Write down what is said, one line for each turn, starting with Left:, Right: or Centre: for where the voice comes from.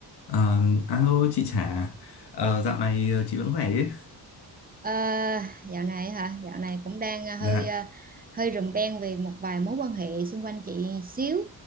Left: Ờ, alo chị Trà Ờ, dạo này ờ, chị vẫn khỏe chứ
Right: Ờ, dạo này hả? Dạo này cũng đang à, hơi
Left: dạ
Right: à, hơi rùm beng về một vài mối quan hệ xung quanh chị xíu.